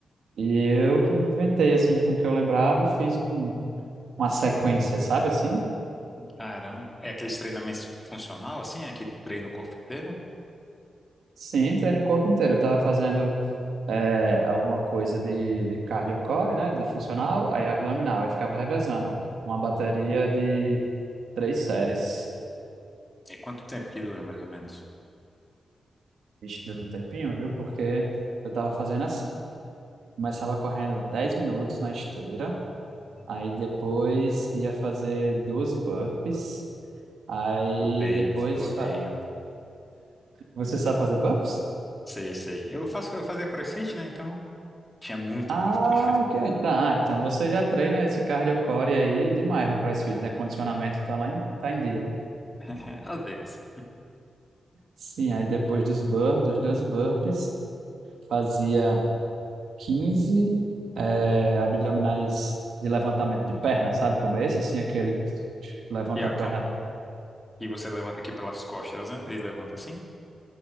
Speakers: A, on the right; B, on the left.
A: e eu que inventei assim com o que eu lembrava e fiz um, uma sequência, sabe assim?
B: Caramba. É aqueles treinamentos funcional, assim? É que treina o corpo inteiro?
A: Sim, treino o corpo inteiro. Eu tava fazendo eh, alguma coisa de, de cardio core, né, de funcional, aí abdominal, aí ficava revezando uma bateria de três séries.
B: E quanto tempo que dura, mais ou menos?
A: Vixe, deu um tempinho, viu? Porque eu tava fazendo assim. Começava correndo 10 minutos na esteira,
B: Hum.
A: aí depois ia fazer 12 burpees, Aí
B: Odeio,
A: depois
B: odeio.
A: fa- você sabe fazer buffs?
B: Sei, sei. Eu faço, eu fazia CrossFit, né? Então tinha muito
A: Ah,
B: burpee,
A: que- tá. Ah, então você já treina esse cardio core aí demais no CrossFit, né? Condicionamento tá lá em, tá em dia.
B: <laughs> Às vezes.
A: Sim, aí depois dos burpees, dos 12 burpees, fazia 15 eh, abdominais de levantamento de perna, sabe como é esse? Assim, aquele que levanta
B: E, a,
A: a perna.
B: cam- e você levanta aqui pelas costas, né? Ele levanta assim,